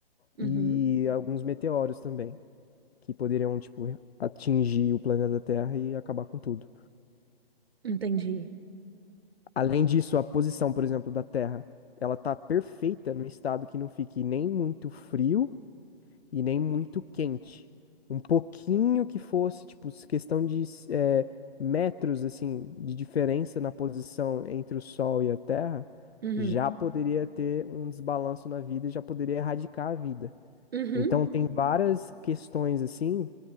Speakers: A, on the right; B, on the left.
A: uhum.
B: e alguns meteoros também, que poderiam, tipo, atingir o planeta Terra e acabar com tudo.
A: Entendi.
B: Além disso, a posição, por exemplo, da Terra, ela tá perfeita num estado que não fique nem muito frio e nem muito quente. Um pouquinho que fosse, tipo, questão de eh, metros, assim, de diferença na posição entre o Sol e a Terra,
A: Uhum,
B: já poderia ter um desbalanço na vida e já poderia erradicar a vida.
A: uhum,
B: Então, tem várias questões, assim,